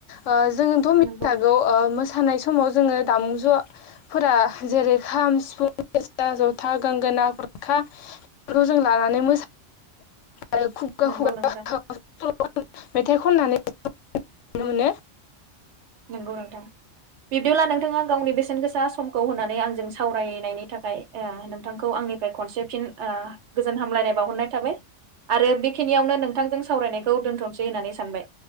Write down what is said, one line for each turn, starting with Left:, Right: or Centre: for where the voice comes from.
Left: ओ जोंथ' मिथिखागौ
Right: नंगौ नोंथां
Left: ओ मोसानाय समाव जोङो दामुज'फोरा जेरै खाम सिफुं, सेरजा, जथा गोंगोना, गुरखा बेफोरखौ जों लानानै <inaudible> आरो <unintelligible>
Right: नंगौ नोंथां
Left: मेथाइ खननानै <inaudible> नुनो
Right: नंगौ नोंथां बिब्दिब्ला नोंथाङा गावनि बेसेन गोसा समखौ होनानै आंजों सावरायनायनि थाखाय ओ नोंथांखौ आंनिफ्राय खनसे फिन ओ गोजोन हामलायनाय बावहरनाय थाबाय आरो बेखिनियावनो नोंथांजों सावरायनायखौ दोनथ'नोसै होननानै सानबाय।